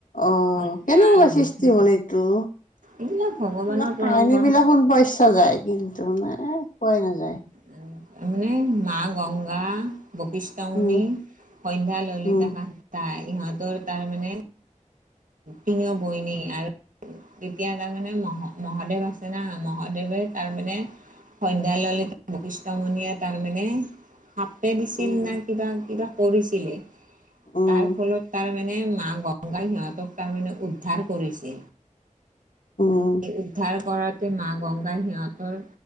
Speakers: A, on the left (about 80°); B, on the right (about 80°).
A: অ',
B: সন্ধ্যা
A: কেনেকুৱা
B: ললিতা
A: সৃষ্টি হ'ল এইটো।
B: এইবিলাক ভগৱানৰ
A: এইবিলাক কাহিনীবিলাক
B: পৰম্পৰা
A: শুনব ইচ্ছা যায়, কিন্তু মানে পোৱাই নাযায়।
B: উম, উম, মা গংগা বশিষ্ঠ মণি,
A: উম
B: সন্ধ্যা, ললিতা,
A: উম
B: কান্তা ইহঁতৰ তাৰমানে তিনিও বৈনী আৰু তেতিয়া তাৰমানে মহ-মহাদেৱ আছে না, মহাদেৱে তাৰমানে সন্ধ্যা, ললিতা বশিষ্ট মুণিয়ে তাৰমানে সাপেই দিছিল
A: উম
B: না কিবা কিবা কৰিছিলে।
A: উম
B: তাৰফলত তাৰমানে মা গংগাই সিহঁতক তাৰমানে উদ্ধাৰ কৰিছিল।
A: উম উম
B: সেই উদ্ধাৰ কৰাত মা গংগাই সিহঁতৰ